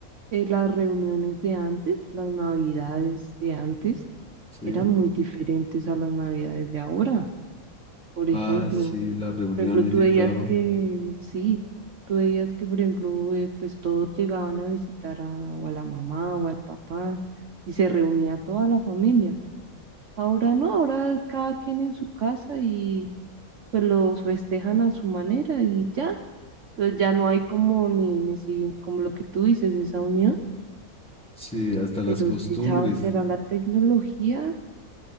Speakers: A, on the right (about 60°); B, in the centre.
A: eh, las reuniones de antes, las navidades de antes,
B: sí.
A: eran muy diferentes a las navidades de ahora. Por ejemplo,
B: Ah, sí, las reuniones
A: por ejemplo, tú
B: y
A: veías
B: todo.
A: que, sí, tú veías que, por ejemplo, eh, pues todos llegaban a visitar a, o a la mamá o al papá y se reunía toda la familia. Ahora no, ahora cada quien en su casa y pues los festejan a su manera y ya. Entonces ya no hay como ni, ni si- como lo que tú dices, esa unión.
B: Sí, hasta las
A: Pero
B: costumbres.
A: si sabes, será la tecnología